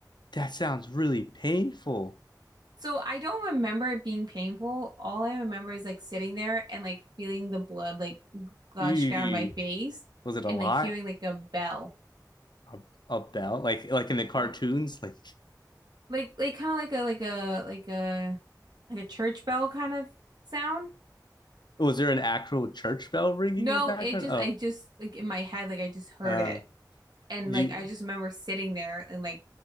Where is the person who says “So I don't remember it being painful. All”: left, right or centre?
Right